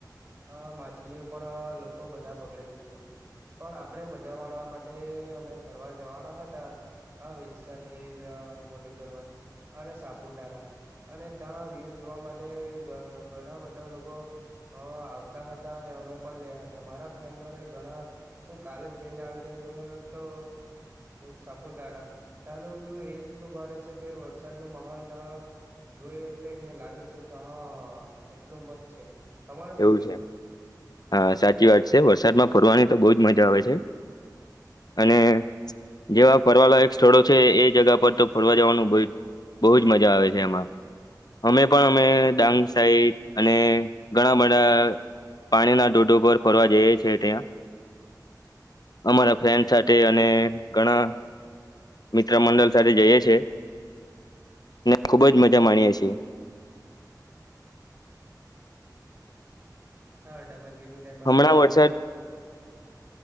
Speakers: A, on the right; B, on the left.
A: આ માછલીઓ પણ લોકો બધા બાગડે છે. પણ આપણે મજા માણવા માટે અમે ફરવા જવાના હતા આ વિલ્સન હિલ આ મોડી ગરવા અને સાપુતારા અને ત્યાં વ્યુ જોવા માટે ઘ ઘણા બધા લોકો હા આવતા હતા અને અમે પણ ગયા હતા મારા ફ્રેન્ડોને ઘણા હું કાલેજ જઈને આવી રહ્યો હો તો સાપુતારા. ત્યાંનું વ્યુ એ એટલું ભારે છે કે વરસાદ ન માહોલ તા જોય એટલે કે લાગે છે કે હા એટલું મસ્ત છે. તમારે શું
B: એવું
A: કેવું
B: છે હા સાચી વાત છે વરસાદમાં ફરવાની તો બહુંજ મજા હોય છે. અને જેવા ફરવા લાયક સ્થળો છે એ એ જગા પર તો ફરવા જવાનું બુ બહુજ મજા આવે છે એમાં અમે પણ અમે ડાંગ સાઇડ અને ઘણા બધા પાણીના ડઢોઢો ઉપર ફરવા જઈએ છે ત્યાં. અમારા ફ્રેન્ડ સાથે અને ઘણા મિત્ર મંડલ સાથે જઈએ છે ને ખુબ જ મજા માણીએ છીએ.
A: હા તમે કીધું તેમ
B: હમણાં
A: જ આ
B: વરસાદ